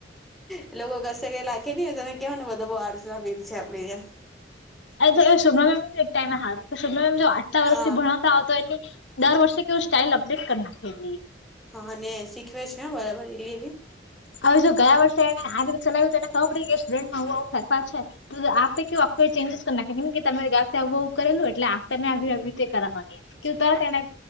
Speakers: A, in the centre; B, on the left (about 75°).
A: એ લોકો કસેક લાખેની હોય તને કહવો ને બધા આળસુના પીર છે આપડી જેમ
B: એતો એ સ્વર્્ <unintelligible> ણમમ એક ટાઈમ હાલ કે સ્વર્્ <unintelligible> ણમમ જો આટલા વર્ષથી
A: હા
B: ભણાવતા આવ તો એની દર વર્ષે કેવું સ્ટાઇલ અપડેટ કરી નાખે
A: હા અને શીખવે છે બરાબર એલી બી.
B: હવે જો ગયા વર્ષે એને આજ રીતે ચલાવ્યું તો એને ખબર પડી કે સ્ટુડન્ટમાં આવું આવું ફેરફાર છે તો આપે કેવું. કોઈ ચેન્જસ જ કરી નાખે કેમ કે તરે ગા આવું આવવું કરેલું એટલે તમેવી રીતે કર કરવાવાની કે તને